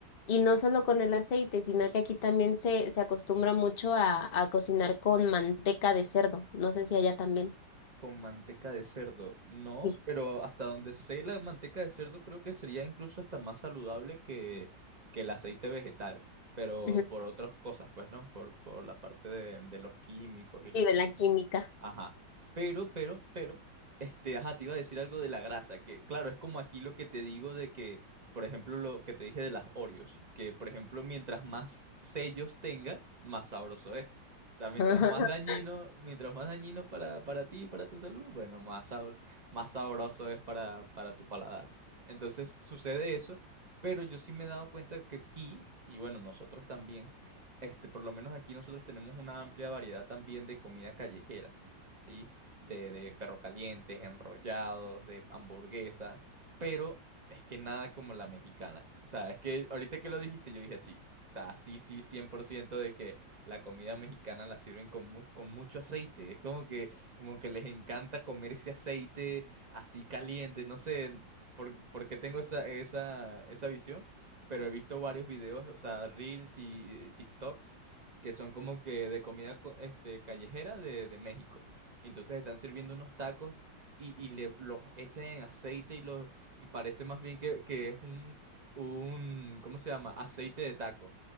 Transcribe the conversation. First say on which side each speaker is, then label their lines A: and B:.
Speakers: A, on the left; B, on the right.
A: Y no solo con el aceite, sino que aquí también se, se acostumbra mucho a, a cocinar con manteca de cerdo. No sé si allá también.
B: Con manteca de cerdo. No,
A: Sí,
B: pero hasta donde sé, la manteca de cerdo creo que sería incluso hasta más saludable que, que el aceite vegetal. Pero
A: Ujú.
B: por otras cosas, pues, ¿no? Por, por la parte de, de los químicos y las
A: Sí, de la química.
B: Ajá. Pero, pero, pero, este, ajá, te iba a decir algo de la grasa, que claro, es como aquí lo que te digo de que, por ejemplo, lo que te dije de las Oreos, que por ejemplo, mientras más sellos tenga, más sabroso es. O sea, mientras
A: <laughs>
B: más dañino, mientras más dañino para, para ti y para tu salud, bueno, más, sabro- más sabroso es para, para tu paladar. Entonces sucede eso, pero yo sí me he dado cuenta que aquí, y bueno, nosotros también, este, por lo menos aquí nosotros tenemos una amplia variedad también de comida callejera. ¿sí? De, de perro calientes, enrollados, de hamburguesas, pero es que nada como la mexicana. O sea, es que ahorita que lo dijiste, yo dije sí. O sea, sí, sí, 100% de que la comida mexicana la sirven con, mu- con mucho aceite. Es como que, como que les encanta comer ese aceite así caliente. No sé por, por qué tengo esa, esa, esa visión, pero he visto varios videos, o sea, Reels y eh, TikToks, que son como que de comida co- este, callejera de de México. Entonces están sirviendo unos tacos y, y le, los echan en aceite y, los, y parece más bien que, que es un, un, ¿cómo se llama? Aceite de taco.